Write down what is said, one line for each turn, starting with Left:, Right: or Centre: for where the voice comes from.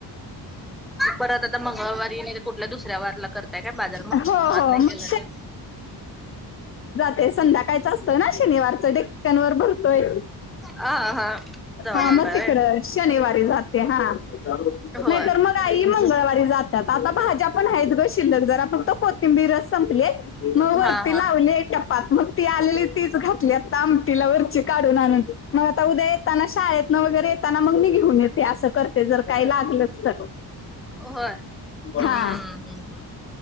Centre: परत आता मंगळवारी कुठल्या दुसऱ्या वाराला करताय काय बाजार मग
Left: हो हो
Centre: आज नाही
Left: मग
Centre: केला तर
Left: ते संध्याकाळचं असतं ना शनिवारचं डेक्कनवर बघ होय
Centre: हा हा जवा
Left: हा मग
Centre: जाताय
Left: तिकडं शनिवारी जातंय हा
Centre: होय
Left: नाही तर मग आई मंगळवारी जातात आता भाज्या पण आहेत गं शिल्लक जरा फक्त कोथिबिर कोथिंबीर संपले मग वरती
Centre: हा हा
Left: लावली पात मग ती आलेली तीच घातली आता आमटीला वरची काढून आणून मग आता उद्या येताना शाळेतन वगैरे येताना मग मी घेऊन येते असं कर ते जर काही लागलं तर
Centre: होय हम्म
Left: हा